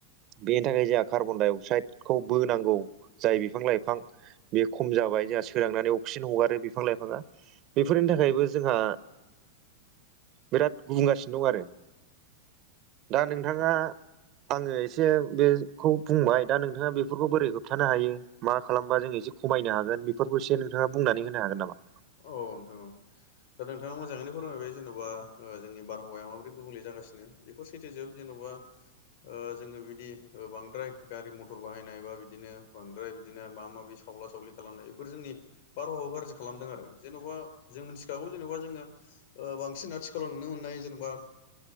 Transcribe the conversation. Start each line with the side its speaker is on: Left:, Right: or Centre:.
Right: बेनि थाखाय जोंहा कार्बन डाइ अक्साइडखौ बोनांगौ जाय बिफां लाइफां बे खम जाबाय जोंहा सोरांनानै अक्सिजेन हगारो बिफां लाइफाङा बेफोरनि थाखायबो जोंहा बिराद गुबुंगासिनो दं आरो दा नोंथाङा आङो एसे बेखौ बुंबाय दा नोंथाङा बेफोरखौ बोरै होबथानो हायो मा खालामबा जों एसे खमायनो हागोन बेफोरखौ एसे नोंथाङा बुंनानै होनो हागोन नामा
Left: औ नोंथां दा नोंथाङा मोजाङैनो फोरमायबाय जेन'बा जोंनि बारहावाया माबोरै गुबुंले जागासिनो बेफोर सैथो जोब ‌जेन'बा जोङो बिदि बांद्राय गारि मथर बाहायनाय बा बिदिनो बांद्राय बिदिनो माबा माबि सावला सावलि खालामनाय बेफोर जोंनि बारहावायाव गाज्रि खालामदों आरो जेन'बा जों मिथिखागौ जेनेबा जोङो बांसिन आथिखालाव नुनो मोननाय जेनेबा